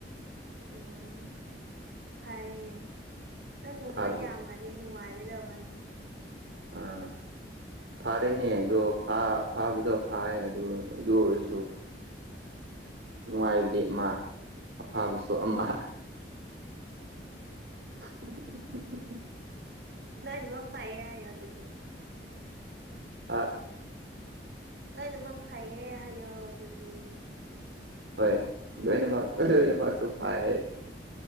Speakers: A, on the right; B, on the right.
A: ꯎꯝ ꯐꯔꯦꯅꯦ ꯅꯪ ꯒꯨꯕ
B: ꯐꯥꯕꯁꯤ
A: ꯌꯥꯝꯃꯗꯤ ꯅꯨꯡꯉꯥꯏꯒꯗꯕꯅꯦ꯫
B: ꯑꯥ꯫ ꯐꯥꯔꯦꯅꯦ ꯑꯗꯣ ꯐꯥꯕꯗꯣ ꯐꯌꯦ ꯑꯗꯨ ꯑꯗꯨ ꯑꯣꯏꯔꯁꯨ ꯅꯨꯡꯉꯥꯏꯕꯗꯤ ꯑꯃ ꯑꯐꯕꯁꯨ ꯑꯃ <inaudible>
A: ꯂꯣꯏꯅꯕꯛ ꯐꯩꯌꯦ ꯌꯥꯏꯌꯦ ꯑꯗꯨꯗꯤ
B: ꯑꯥ
A: ꯂꯣꯏꯅꯃꯛ ꯐꯩꯌꯦ ꯍꯥꯏꯌꯣ ꯑꯗꯨꯗꯤ
B: ꯍꯣꯏ ꯂꯣꯏꯅꯃꯛ ꯂꯣꯏꯅꯃꯛꯁꯨ ꯐꯥꯏ